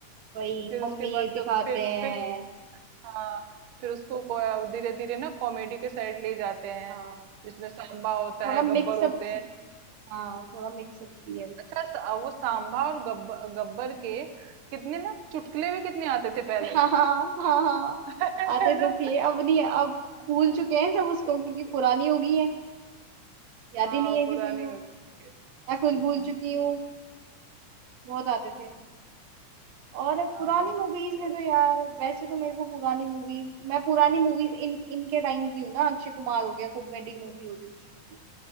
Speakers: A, on the right; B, on the right.
A: वही
B: फिर उसके
A: मम्मी
B: बाद
A: दिखाते
B: चलो फिर
A: हैं
B: फिर हाँ फिर उसको धीरे धीरे ना कॉमेडी के साइड ले जाते हैं
A: हाँ
B: जिसमें सांबा होता
A: थोड़ा
B: है
A: मिक्सअप
B: गब्बर होते
A: सी
B: हैं
A: हाँ थोड़ा मिक्सअप सी है
B: अच्छा सा- वो सांबा और गब्बर गब्बर के कितने ना चुटकुले भी कितने आते थे पहले
A: हाँ हाँ हाँ हाँ,
B: <laughs> है
A: आते तो
B: ना
A: थे अब नहीं अब
B: हाँ
A: भूल चुके हैं सब उसको क्योंकि पुरानी हो गई है याद
B: हाँ,
A: ही नहीं है
B: पुरानी
A: किसी को
B: होती है
A: मैं
B: हम्म,
A: खुद भूल चुकी हूँ बहुत आते थे और
B: हाँ
A: पुरानी मूवीज में तो यार वैसे तो मेरे को पुरानी मूवीज मैं पुरानी मूवीज इन इनके टाइम की हूँ ना अक्षय कुमार हो गया कॉमेडी मूवी होती थी इसकी